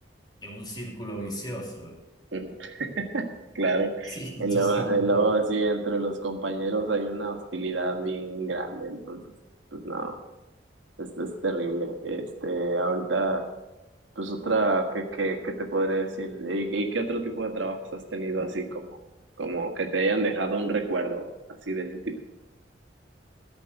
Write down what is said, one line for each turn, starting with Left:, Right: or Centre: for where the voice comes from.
Left: Es un círculo vicioso.
Right: mm, claro.
Left: Sí, <laughs>
Right: Y
Left: tu
Right: luego,
Left: salud.
Right: y luego sí, entre los compañeros hay una hostilidad bien grande, entonces, pues no, esto es terrible. Este, ahorita, pues otra, ¿qué, qué, qué te podré decir? ¿Y, y qué otro tipo de trabajos has tenido así como, como que te hayan dejado un recuerdo así de ese tipo?